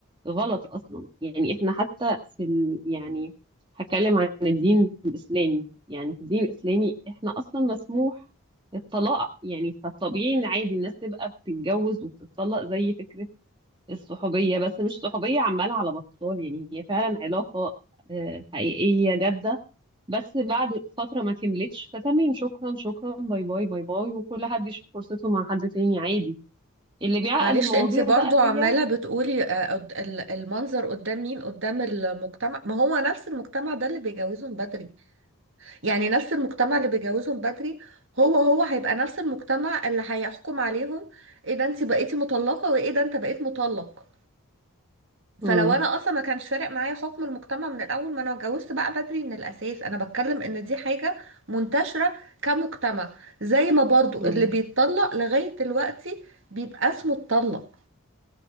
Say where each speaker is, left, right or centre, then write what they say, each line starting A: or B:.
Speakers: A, on the right; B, on the right.
A: غلط اصلا يعني احنا حتى في ال... يعني هتكلم عن الدين الاسلامي يعني في الدين الاسلامي احنا اصلا مسموح الطلاق يعني فالطبيعي ان عادي الناس تبقى بتتجوز وبتطلق زي فكرة الصحوبية بس مش صحوبية عمالة على بطال يعني هي فعلا علاقة آه، حقيقية جادة بس بعد فترة ما كملتش فتمام شكرا شكرا باي باي باي باي وكل حد يشوف فرصته مع حد تاني عادي اللي بيعقد
B: معلش
A: المواضيع
B: انت برضو
A: بقى
B: عمالة
A: هي
B: بتقولي آه، قد- ال- المنظر قدام مين قدام المجتمع ما هو نفس المجتمع ده اللي بيجوزهم بدري يعني نفس المجتمع اللي بيجوزهم بدري هو هو هيبقى نفس المجتمع اللي هيحكم عليهم ايه ده انت بقيتي مطلقة وايه ده انت بقيت مطلق
A: مم.
B: فلو انا اصلا ما كانش فارق معايا حكم المجتمع من الاول ما انا اتجوزت بقى بدري من الاساس انا بتكلم ان دي حاجة منتشرة كمجتمع زي ما برضو
A: مم.
B: اللي بيتطلق لغاية دلوقتي بيبقى اسمه اتطلق